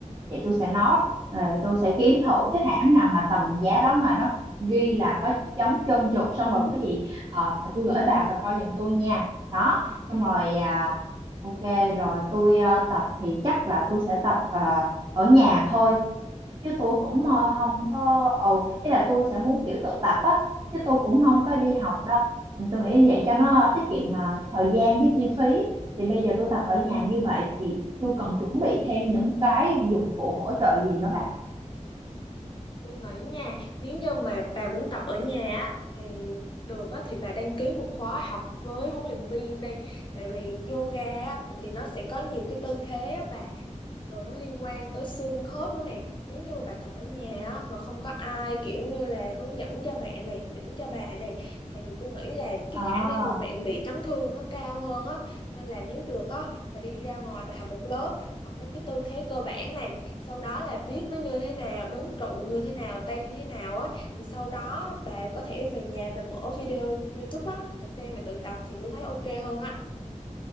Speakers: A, on the right; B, on the left.
A: vậy tôi sẽ note rồi tôi sẽ kiếm thử cái hãng nào mà tầm giá đó mà nó ghi là có chống trơn trượt xong rồi có gì ờ, tôi gửi bà và coi giùm tôi nha đó
B: Ok.
A: xong rồi à, ok rồi tôi ờ, tập thì chắc là tôi sẽ tập à, ở nhà thôi chứ tôi
B: Ừ.
A: cũng ờ, không có ừ ý là tôi sẽ muốn kiểu tự tập á chứ tôi cũng không có đi học đâu Ừ, tôi nghĩ vậy cho nó tiết kiệm mà thời gian với chi phí thì bây giờ tôi tập ở nhà như vậy thì tôi cần chuẩn bị thêm những cái dụng cụ hỗ trợ gì nữa bà
B: Tôi nghĩ nha, nếu như mà bà muốn tập ở nhà á, thì được á, thì bà đăng ký một khóa học với huấn luyện viên đi. Tại vì yoga á, thì nó sẽ có nhiều cái tư thế á bà rồi nó liên quan tới xương khớp nữa nè nếu như mà bà tập ở nhà
A: ừ.
B: á, mà không có ai kiểu như là hướng dẫn cho bạn này chỉnh cho bà này thì tôi nghĩ là cái
A: À.
B: khả năng mà bạn bị chấn thương nó cao hơn á nên là nếu được á bà đi ra ngoài bà học một lớp học mấy cái tư thế cơ bản nè sau đó là biết nó như thế nào đứng trụ như thế nào tay như thế nào á thì sau đó bà có thể về nhà bà mở video YouTube á bà xem bà tự tập thì tôi thấy ok hơn á